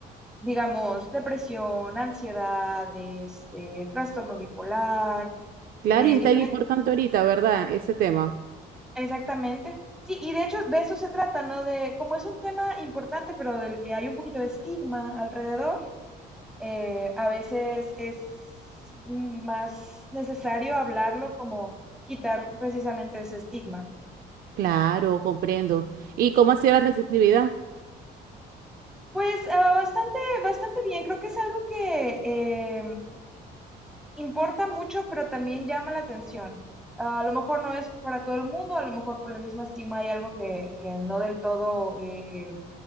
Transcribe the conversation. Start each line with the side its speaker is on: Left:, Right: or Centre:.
Centre: digamos, depresión, ansiedad, este, trastorno bipolar,
Right: Claro,
Centre: eh,
Right: y está
Centre: diferente,
Right: ahí importante ahorita, ¿verdad? Ese tema.
Centre: exactamente. Sí, y de hecho de eso se trata, ¿no? De, como es un tema importante, pero del que hay un poquito de estigma alrededor, eh, a veces es más necesario hablarlo como quitar precisamente ese estigma.
Right: Claro, comprendo. ¿Y cómo ha sido la receptividad?
Centre: Pues uh, bastante, bastante bien, creo que es algo que eh, Importa mucho, pero también llama la atención. Ah, A lo mejor no es para todo el mundo, a lo mejor por el mismo estigma hay algo que, que no del todo, eh,